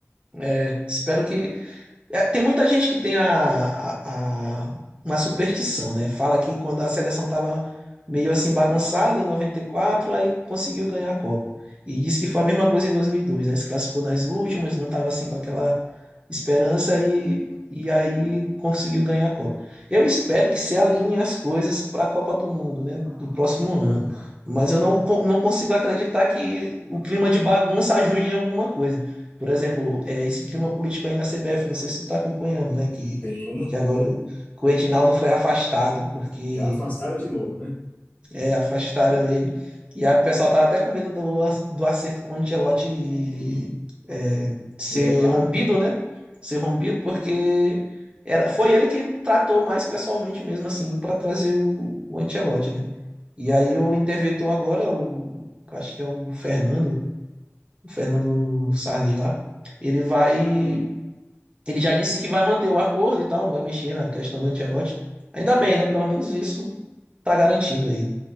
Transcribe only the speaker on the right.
É, Espero que É, tem muita gente que tem a, a- a- uma superstição, né? Fala que quando a seleção estava meio assim bagunçada em 94, aí conseguiu ganhar a Copa. E diz que foi a mesma coisa em 2002, né? Se classificou nas últimas, não estava assim com aquela esperança e, e aí conseguiu ganhar a Copa. Eu espero que se alinhem as coisas para a Copa do Mundo, né? Do próximo ano. Mas eu não, co- não consigo acreditar que o clima de bagunça ajude em alguma coisa. Por exemplo, é esse clima político aí na CBF, não sei se tu tá acompanhando, né? Que,
que agora o, que o Edinaldo foi afastado, porque
é, afastaram ele. E a o pessoal tava até com medo do, ac- do acerto com o Ancelotti é, ser
rompido, né? Ser rompido, porque era, foi ele que tratou mais pessoalmente mesmo, assim, para trazer o, o Ancelotti, né? E aí o interventor agora, o, eu acho que é o Fernando, o Fernando Sarney lá, ele vai ele já disse que vai manter o acordo e tal, não vai mexer na questão do Ancelotti. Ainda bem, né? Pelo menos isso tá garantido aí.